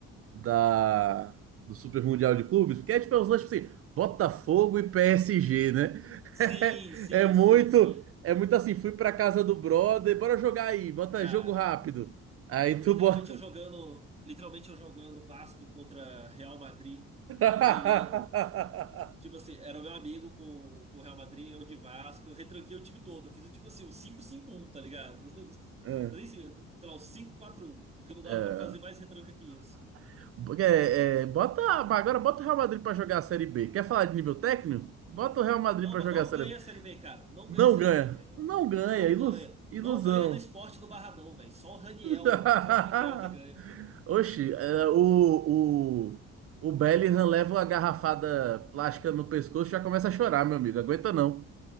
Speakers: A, on the right; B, on the right.
A: da, do Super Mundial de Clubes, porque é tipo é uns lances tipo assim, Botafogo e PSG, né?
B: Sim,
A: <laughs>
B: sim,
A: É, muito,
B: sim, sim.
A: é muito assim, fui pra casa do brother, bora jogar aí, bota
B: Cara,
A: jogo rápido. Aí
B: literalmente
A: tu bota.
B: eu jogando, literalmente eu jogando Vasco contra Real Madrid
A: <laughs>
B: e ganhando. Tipo assim, era meu amigo com, com o Real Madrid, eu de Vasco, eu retranquei o time todo. Eu fiz tipo assim, um cinco cinco um tá ligado? <laughs> Não- é
A: É,
B: Nem sei, sei lá, um cinco quatro um porque não dava
A: é.
B: pra fazer mais retranca que isso.
A: <laughs> é, é, bota, agora bota o Real Madrid pra jogar a Série B. Quer falar de nível técnico? Bota o Real Madrid
B: Não,
A: pra
B: va-
A: jogar
B: não
A: a Série
B: ganha
A: B.
B: a Série B, cara. Não
A: Não
B: ganha a Série
A: ganha.
B: B, velho.
A: Não ganha.
B: Não
A: ilus-
B: ganha.
A: ilusão.
B: Não ganha do esporte do Barradão, velho. Só o Raniel,
A: <laughs>
B: só o Raniel que ganha.
A: Oxi, é, o, o, o Bellingham leva uma garrafada plástica no pescoço e já começa a chorar, meu amigo. Aguenta não.